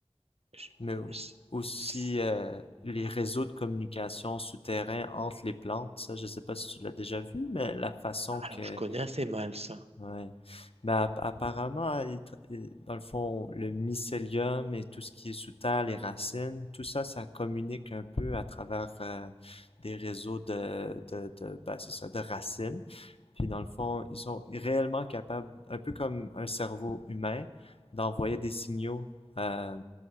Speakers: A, on the right (about 70°); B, on the left (about 60°).
A: je-
B: mais
A: c-
B: aussi
A: c-
B: euh, les réseaux de communication souterrains entre les plantes. Ça, je sais pas si tu l'as déjà vu, mais la façon
A: alors,
B: que
A: je connais assez mal ça.
B: Ouais. Bah, app- apparemment, il tra- il- dans le fond, le mycélium et tout ce qui est sous terre, les racines, tout ça, ça communique un peu à travers euh, des réseaux de, de, de bah, c'est ça, de racines. Puis dans le fond, ils sont réellement capables, un peu comme un cerveau humain, d'envoyer des signaux euh,